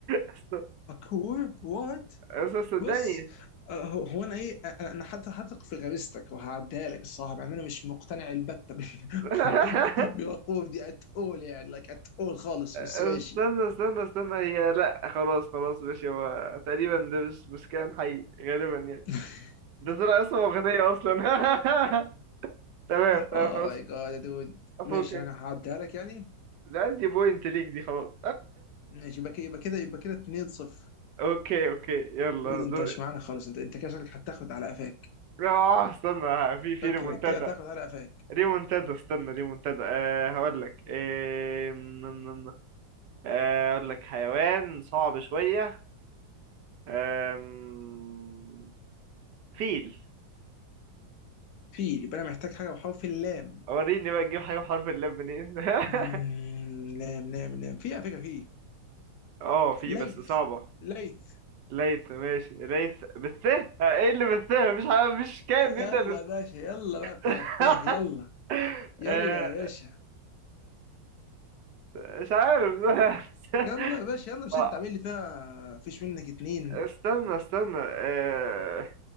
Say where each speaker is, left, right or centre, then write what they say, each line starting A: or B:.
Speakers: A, on the right; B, on the left.
A: است-
B: كور وات
A: است- صدقني
B: بص آه، هو هو انا ايه انا أنا حتى هثق في غريزتك وهعديها لك الصراحه يعني انا مش مقتنع البتة بال-
A: <laughs>
B: <laughs> بالوقوف دي ات اول يعني لايك ات اول خالص بس
A: استنى
B: ماشي
A: استنى استنى هي لا خلاص خلاص ماشي هو تقريبا ده مش مش كان حقيقي غالبا يعني
B: <laughs>
A: ده طلع اسمه أغنية أصلا <laughs> تمام تمام
B: اوه
A: خلاص
B: ماي جاد يا دود
A: أفكك
B: ماشي انا هعديها لك يعني
A: لا دي بوينت ليك دي خلاص
B: ماشي يبقى كده يبقى كده يبقى كده 2 0
A: <laughs> أوكي أوكي يلا
B: داود انت
A: دور
B: مش معانا خالص انت انت كده شكلك هتاخد على قفاك
A: آه استنى ها، في في
B: شكلك
A: ريمونتادا
B: كده هتاخد على قفاك
A: ريمونتادا استنى ريمونتادا أه هقول لك أه نم- نم- نم. آه، هقول لك حيوان صعب شوية آم، فيل
B: فيل يبقى انا محتاج حاجه بحرف اللام
A: وريني بقى تجيب حاجة بحرف اللام منين <laughs>
B: مم... لام لام لام في على فكره في
A: اه في
B: ليث
A: بس صعبة
B: ليث
A: ليث ماشي ليث بالث ها، ايه اللي بالث مفيش حاجة مفيش كائن بيبدأ
B: يلا يا باشا يلا بقى بتاع
A: <laughs>
B: التاه يلا يلا
A: آه،
B: يا باشا
A: مش عارف <laughs>
B: يلا يا باشا يلا مش
A: آه،
B: انت عامل لي فيها فيش منك اتنين
A: استنى استنى آه،